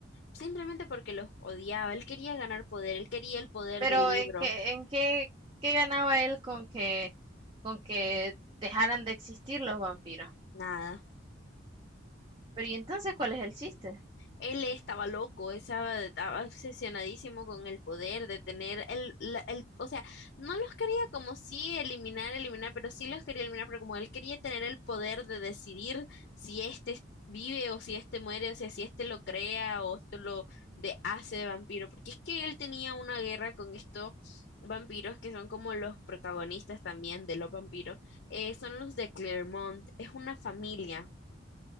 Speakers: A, on the left; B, on the right.
A: simplemente porque los odiaba. Él quería ganar poder, él quería el poder
B: Pero
A: del libro.
B: ¿en qué, en qué, qué ganaba él con que, con que dejaran de existir los vampiros?
A: Nada.
B: Pero ¿y entonces cuál es el chiste?
A: Él estaba loco, estaba, estaba obsesionadísimo con el poder de tener el, la- el, o sea, no los quería como si eliminar, eliminar, pero sí los quería eliminar, pero como él quería tener el poder de decidir si este vive o si este muere, o sea, si este lo crea o esto lo de hace de vampiro, porque es que él tenía una guerra con estos vampiros que son como los protagonistas también de los vampiros, eh, son los de Claremont, es una familia.